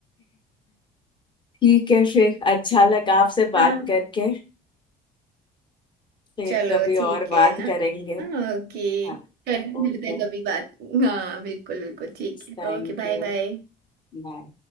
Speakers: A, on the left; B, on the right.
A: ठीक है फिर अच्छा लगा आपसे
B: हाँ
A: बात करके फिर
B: चलो
A: कभी और
B: ठीक
A: बात
B: है ना
A: करेंगे
B: ओके
A: हाँ
B: कर
A: ओके
B: मिलते हैं कभी बात हाँ बिल्कुल बिल्कुल ठीक है
A: Thank
B: ओके Bye
A: you
B: bye
A: बाय